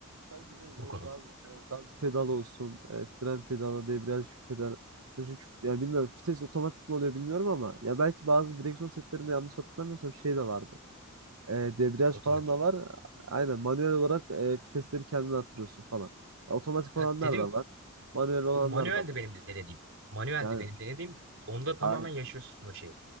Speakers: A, on the right (about 80°); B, on the right (about 65°).
A: Tabii ki canım
B: bu
A: o
B: konuda.
A: gaz e, gaz pedalı olsun, e, fren pedalı, debriyaj pedalı. Ya çünkü f- ya bilmiyorum vites otomatik mi oluyor bilmiyorum ama ya belki bazı direksiyon setlerinde yanlış hatırlamıyorsam şey de vardı. E, debriyaj
B: Otomatik.
A: falan da var. Aynen manuel olarak e, vitesleri kendin arttırıyorsun falan. Ya, otomatik
B: Ha,
A: olanlar
B: dedim
A: da var. Manuel olanlar
B: o manueldi
A: da var.
B: benim denediğim. Manueldi
A: Yani
B: benim denediğim. Onda tamamen
A: Aynen.
B: yaşıyorsun o şeyi.